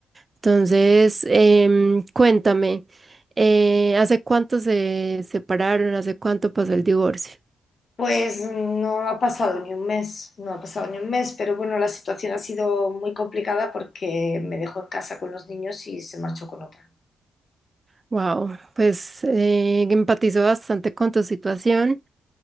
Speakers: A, on the right; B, on the left.
A: Entonces, em, cuéntame, eh, ¿hace cuánto se separaron? ¿Hace cuánto pasó el divorcio?
B: Pues no ha pasado ni un mes, no ha pasado ni un mes, pero bueno, la situación ha sido muy complicada porque me dejó en casa con los niños y se marchó con otra.
A: Wow, pues eh, empatizo bastante con tu situación.